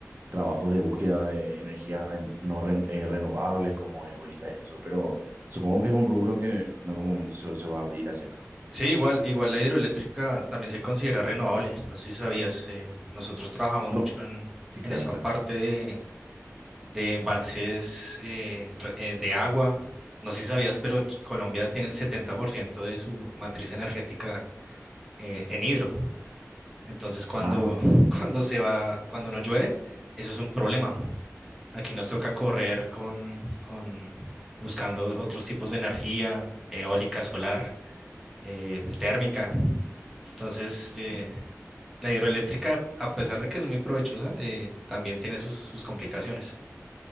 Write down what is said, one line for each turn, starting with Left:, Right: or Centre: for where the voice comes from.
Right: trabajos de búsqueda de energías ren- no ren- eh, renovables como eólica y eso, pero supongo que es un rubro que en algún momento se, se va a abrir hacia acá.
Centre: sí, igual, igual la hidroeléctrica también se considera renovable. No sé si sabías, eh, nosotros trabajamos mucho
Right: No,
Centre: en,
Right: sí,
Centre: en
Right: claro,
Centre: esa
Right: claro.
Centre: parte de, de embalses eh, re- eh, de agua. No sé si sabías, pero Ch- Colombia tiene el 70% de su matriz energética eh, en hidro. Entonces, cuando,
Right: Ah,
Centre: <laughs> cuando se va, cuando no llueve, eso es un problema. Aquí nos toca correr con, con buscando otros tipos de energía, eólica, solar, eh, térmica. Entonces, eh,
Right: no.
Centre: la hidroeléctrica, a pesar de que es muy provechosa, eh, también tiene sus, sus complicaciones.